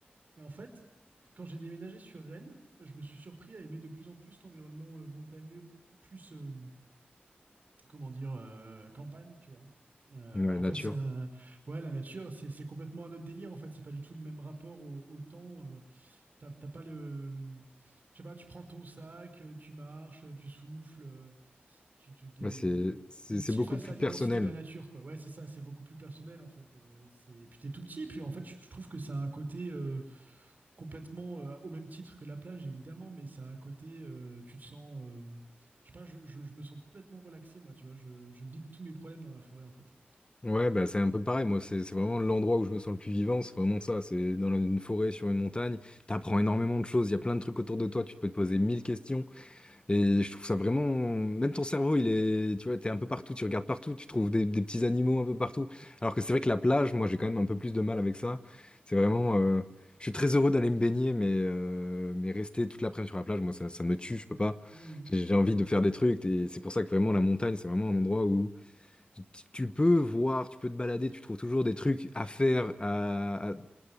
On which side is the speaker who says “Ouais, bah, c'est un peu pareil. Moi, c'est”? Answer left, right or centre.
Left